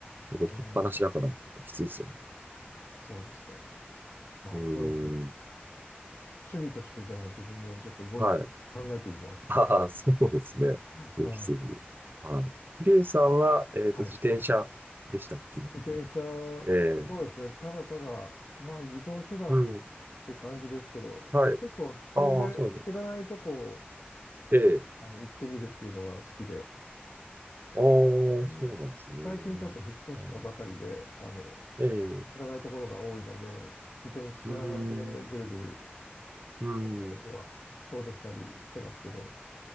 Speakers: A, on the right; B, on the left.
A: 動きっぱなしだから結構きついですよね。
B: うんそうですね。まあー、
A: うーん。
B: ゴルフ。趣味としてじゃあ自分もちょっとゴルフ考えてみます。
A: はい。ああ、そうですね。
B: <laughs>
A: ぜひぜひ。
B: はい。
A: はい。リュウさんは、えっと、
B: はい。
A: 自転車でしたっけ
B: 自転車、そ
A: ええ
B: うですね。ただただ、まあ移動手段っ
A: うん。
B: て感じですけど、
A: はい。
B: 結構遠出、
A: ああ、そうです。
B: 知らないとこを
A: ええ。
B: あの行ってみるっていうのが好きで、
A: ああ、
B: えー最近ちょっと引っ越したばかりで、
A: そうなんですね。はい。
B: あの、
A: ええ。う
B: 知らないところが多いので、自転車でぐるぐる、
A: ーん。うーん。
B: 次の日は遠出したりしてますけど、